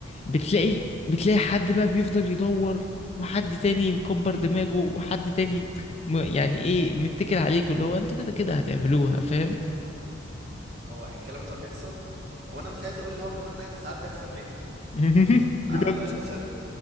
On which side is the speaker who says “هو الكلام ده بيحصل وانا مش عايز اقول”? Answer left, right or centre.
Right